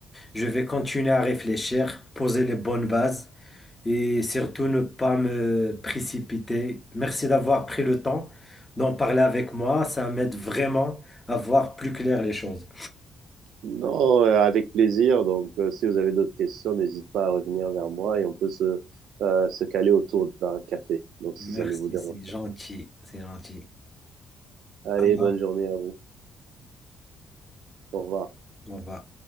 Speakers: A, on the left (about 15°); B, on the right (about 75°).
A: Je vais continuer à réfléchir, poser les bonnes bases et surtout ne pas me précipiter. Merci d'avoir pris le temps d'en parler avec moi. Ça m'aide vraiment à voir plus clair les choses.
B: Non, euh, avec plaisir. Donc, euh, si vous avez d'autres questions, n'hésitez pas à revenir vers moi et on peut se, euh, se caler autour d'un café. Donc,
A: Merci,
B: si ça ne vous dérange
A: c'est gentil,
B: pas.
A: c'est gentil.
B: Allez,
A: Alors,
B: bonne journée à vous. Au revoir.
A: on va,